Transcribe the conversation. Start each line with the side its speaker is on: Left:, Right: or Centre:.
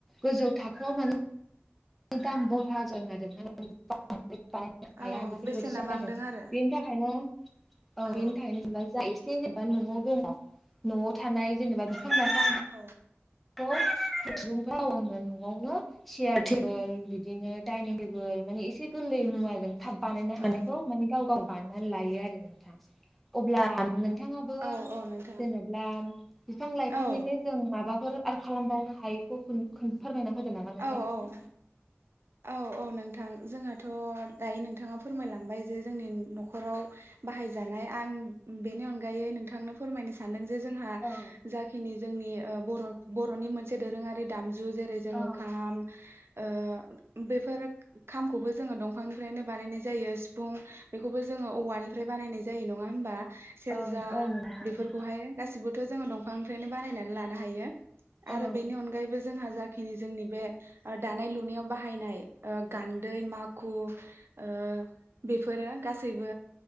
Centre: गोजौ थाखोआव मो दाम बह्रा <unintelligible> हाया
Right: औ
Centre: बेफोरबायदि
Right: बेसेना
Centre: जादों
Right: बांदों आरो
Centre: बेनि थाखायनो औ
Right: औ
Centre: बेनि थाखायनो जेनेबा <unintelligible> जेनेबा न'आव दङ न'आव थानाय जेनेबा बिफां लाइफां
Right: औ
Centre: <unintelligible> न'आवनो सियार टेबोल बिदिनो डाइनिं टेबोल मानि एसे गोरलै मुवााजों थाब बानायनो
Right: औ
Centre: हानायखौ
Right: औ
Centre: माने गाव गाव बानायनानै लायो आरो नोंथां अब्ला <unintelligible> बिफाङाबो
Right: औ औ नोंथां
Centre: जेनेबा बिफां लाइफांनिफ्राय
Right: औ
Centre: जों माबाफोर आर खालामबावनो हायैखौ फोरमायना होदों नामा नोंथां
Right: औ
Centre: इसि?
Right: औ औ औ नोंथां जोंहाथ' दायो नोंथाङा फोरमायलांबाय जे जोंनि न'खराव बाहायजानाय आं बेनि अनगायै नोंथांनो फोरमायनो सानदों जे जोंहा
Centre: औ
Right: जा खिनि जोंनि ओ बर' बर'नि मोनसे दोरोङारि दामजु जेरै जोङो
Centre: औ
Right: खाम ओ बेफोर खामखौबो जोङो दंफांनिफ्रायनो बानायनाय जायो सिफुं बेखौबो जोङो औवानिफ्राय बानायनाय जायो नङा होमबा? सेरजा
Centre: औ औ नोंथां
Right: बेफोरखौहाय गासिबो जोङो दंफांनिफ्रायनो बानायनानै लानो हायो आरो
Centre: औ
Right: बेनि अनगायैबो जोंहा जा खिनि जोंनि बे दानाय लुनायाव बाहायनाय गान्दै माखु ओ बेफोरो गासैबो